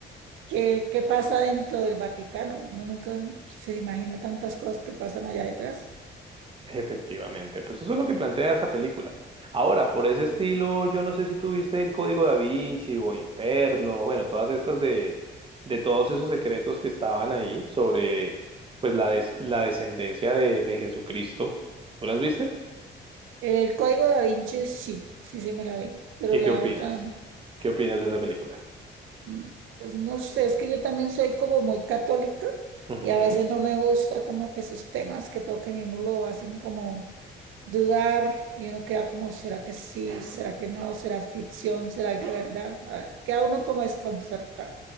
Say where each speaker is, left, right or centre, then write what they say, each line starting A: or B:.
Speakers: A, on the right; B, on the right.
A: qué, qué pasa dentro del Vaticano. Uno nunca se imagina tantas cosas que pasan allá detrás.
B: Efectivamente, pues eso es lo que plantea esa película. Ahora, por ese estilo, yo no sé si tuviste El Código Da Vinci o Inferno, bueno, todas estas de, de todos esos secretos que estaban ahí sobre, pues, la, des- la descendencia de, de Jesucristo. ¿Tú las viste?
A: El Código da Vinci sí, sí, sí me la vi, pero
B: ¿Y
A: la
B: qué opinas?
A: otra no.
B: ¿Qué opinas de esa película?
A: Mm, Pues no sé, es que yo también soy como muy católica
B: Ujú.
A: y a veces no me gusta como que esos temas que toquen y uno lo hacen como dudar y uno queda como, ¿será que sí? ¿Será que no? ¿Será ficción? ¿Será que verdad? Ah, Queda uno como desconcertado.